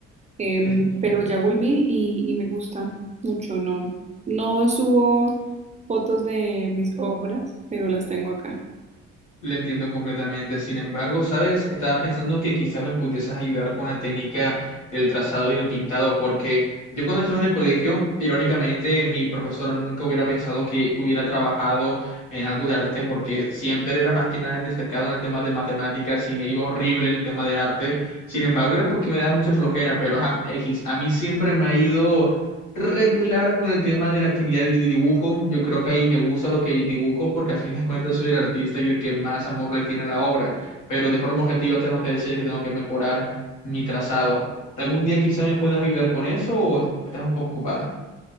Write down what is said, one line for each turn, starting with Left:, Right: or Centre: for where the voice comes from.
Right: Em,
Left: Entiendo.
Right: pero ya volví y, y me gusta mucho, ¿no? No subo fotos de mis obras, pero las tengo acá.
Left: Lo entiendo completamente. Sin embargo, ¿sabes? Estaba pensando que quizá me pudieses ayudar con la técnica del trazado y el pintado, porque yo cuando estuve en el colegio, irónicamente, mi profesora nunca hubiera pensado que hubiera trabajado en algo de arte, porque siempre era más que nada destacado en el tema de matemáticas y me iba horrible en el tema de arte. Sin embargo, era porque me daba mucha flojera, pero ajá, X, a mí siempre me ha ido regular con el tema de la calidad del dibujo. Yo creo que ahí me gusta lo que dibujo porque a fin de cuentas soy el artista y el que más amor le tiene a la obra. Pero de forma objetiva tengo que decir que tengo que mejorar mi trazado. ¿Algún día quizás me puedas ayudar con eso o estás un poco ocupada?